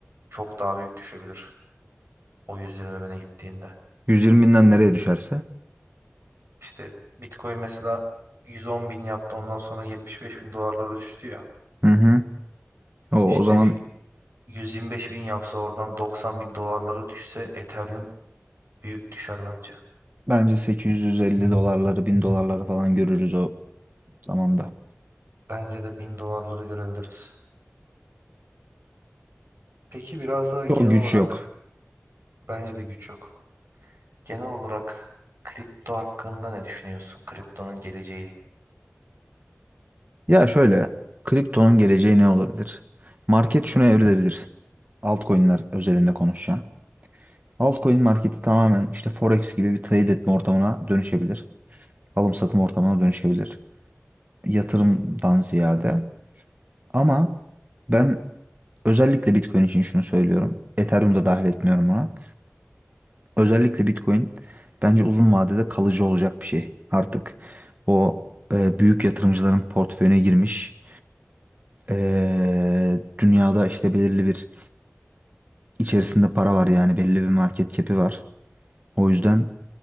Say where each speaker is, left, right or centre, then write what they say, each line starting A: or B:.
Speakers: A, on the right; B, on the right.
A: çok daha büyük düşebilir. O 120 bine gittiğinde.
B: 120'den nereye düşerse.
A: İşte Bitcoin mesela 110 bin yaptı ondan sonra 75 bin dolarlara düştü ya.
B: Hı hı. O, o
A: İşte
B: zaman
A: bir 125 bin yapsa oradan 90 bin dolarlara düşse Ethereum büyük düşer bence.
B: bence 850 dolarları 1000 dolarları falan görürüz o zamanda.
A: Bence de 1000 dolarları görebiliriz. Peki biraz daha genel
B: O güç
A: olarak
B: yok.
A: bence de güç yok. Genel olarak kripto hakkında ne düşünüyorsun? Kriptonun geleceği.
B: Ya şöyle kriptonun geleceği ne olabilir? Market şuna evrilebilir. Altcoin'ler özelinde konuşacağım. Altcoin marketi tamamen işte Forex gibi bir trade etme ortamına dönüşebilir. Alım satım ortamına dönüşebilir. Yatırımdan ziyade. Ama ben özellikle Bitcoin için şunu söylüyorum. Ethereum'u da dahil etmiyorum ona. Özellikle Bitcoin bence uzun vadede kalıcı olacak bir şey. Artık o e, büyük yatırımcıların portföyüne girmiş. e, dünyada işte belirli bir içerisinde para var yani belli bir market cap'i var. O yüzden